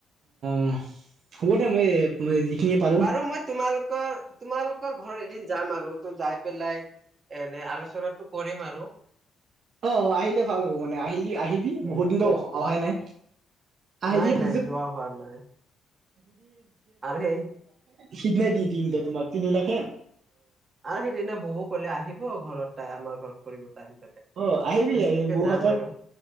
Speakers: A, on the right (about 65°); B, on the right (about 40°).
A: <unintelligible> হ'ব দিয়া মই এ মই যিখিনি পা
B: বাৰু মই তোমালোকৰ, তোমালোকৰ ঘৰ এদিন যাম আৰু ত'যায় পেলাই এনে আলোচনাটো কৰিম আৰু
A: অ' অ'আহিলে ভাল হ'ব মানে আহিলি আহিবি
B: উম
A: বহুত দিনতো অহ-অহাই নাই। আহিবি
B: নাই
A: <unintelligible>
B: নাই যোৱা হোৱা নাই আৰু সেই
A: সিদনে দি দিম দে তোমাক তিন লাখে।
B: অ'আৰু সেইদিনা বৌওকো ক'লে আহিব ঘৰত তাই আমাৰ ঘৰত কৰিব টাইম পালে।
A: অ' আহিবি
B: ত সেনেকে
A: আহি বৌ
B: যাম
A: হাতৰ,
B: আৰু